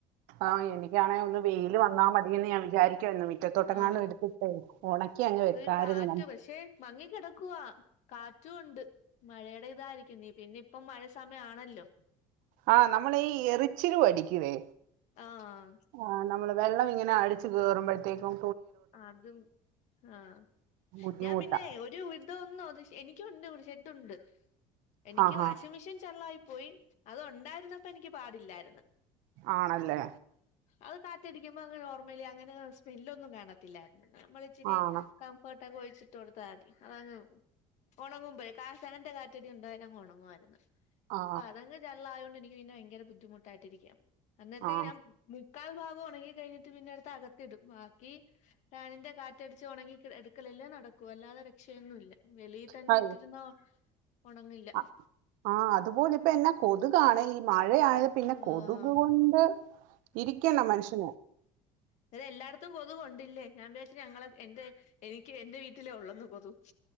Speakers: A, on the right; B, on the left.
A: ആഹ് എനിക്കാണെ ഒന്ന് വെയില് വന്നാ മതിയന്ന് ഞാൻ വി വിചാരിക്കുന്നു റ്റ ഒന്നും മുറ്റത്തോട്ടങ്ങാനും
B: ആഹ്
A: എട്ത്തിട്ടേ ഒണക്കി അങ്ങ് വെക്കാരുന്നു
B: ഒരു കാറ്റ് പക്ഷെ മങ്ങി കിടക്കുവാ കാറ്റും ഉണ്ട് മഴെടെ ഇതായിരിക്കും നീ പിന്നി ഇപ്പം മഴ സമയം ആണല്ലോ
A: ആഹ് നമ്മള് ഈ എറിച്ചില് വടിക്കുവേ
B: ആഹ്
A: ആ നമ്മള് വെള്ളം ഇങ്ങനെ അടിച്ച് കേറുമ്പോഴത്തേക്കും
B: അതും ആ
A: ബുദ്ധിമുട്ടാ
B: ഞാൻ പിന്നെ ഒരു ത് ഒന്നോ അത് എനിക്കും ഉണ്ട് <unintelligible> ഇതു ഉണ്ട് എനിക്ക്
A: ആഹാ
B: വാഷിംഗ് മെഷീൻ ചെള്ളായി പോയി അത് ഒണ്ടാര്ന്നപ്പ എനിക്ക് പാടില്ലാര്ന്ന്
A: ആണല്ലേ
B: അത് കാറ്റടിക്കുമ്പ അങ്ങ് നോർമലി അങ്ങനെ സ്മെല്ലൊന്നും കാണത് ത്തിലാ നമ്മളിച്ചിരി
A: ആണ്
B: കംഫർട് തക ഒഴിച്ചിട്ട് കൊടുത്താമതി അതങ്ങ് ഒണങ്ങുമ്പയെ കാസന്റെ കാറ്റടി ഉണ്ടായല ങ്ങ് ഒണങ്ങുവാര്ന്ന്
A: ആ
B: ഇപ്പ അതങങ്ങ് ചള്ളായോണ്ടെനി ഇവിന്ന ഭയങ്കര ബുദ്ധിമുട്ടായിട്ടിരിക്കാ അന്നത്തേക്ക്
A: ആ
B: നാ <unintelligible> ക്കാൽ ഭാഗോണങ്ങി കഴിഞ്ഞിട്ട് പിന്നെ എടുത്ത് അകത്തിടും ബാക്കി ഫാനിന്റെ കാറ്റടിച്ച് ഉണങ്ങി കിട എടുക്കലല്ലേ നടക്കൂ അല്ലാതെ രക്ഷയൊന്നുഇല്ല വെളി തന്നെ
A: ആ
B: ഇട്ടിരുന്നാ ഒണങ്ങില്ല
A: ആഹ് ആ അതുപോലെ ഇപ്പെന്ന കൊതുകാണെ ഈ മഴ ഴയായെ പിന്നെ
B: ആഹ്
A: കൊതുക് കൊണ്ട് ഇരിക്കേണ മനുഷ്യന്
B: ന്നേരം എല്ലാട്ത്തും കൊതു കൊണ്ടില്ലേ ഞാൻ വിചാരിച്ച് ഞങ്ങള എൻറെ എനിക്ക് എൻറെ വീട്ടിലെ ഒള്ളന്ന് കൊതു